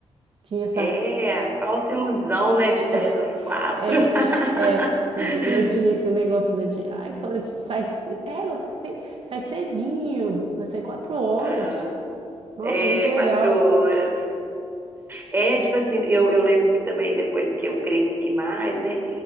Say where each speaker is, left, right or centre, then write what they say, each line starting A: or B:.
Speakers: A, on the right; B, on the right.
A: Tinha essa.
B: é, falsa ilusão, né? De 10
A: <laughs>
B: às quatro
A: É,
B: <laughs>
A: é, eu tinha esse negócio, né, de, ai, só sai, ce- é, você sai, sai cedinho, vai sair quatro horas.
B: Ah,
A: Nossa,
B: é,
A: muito legal.
B: quatro horas. É, tipo assim, eu, eu lembro que também depois que eu cresci mais, né?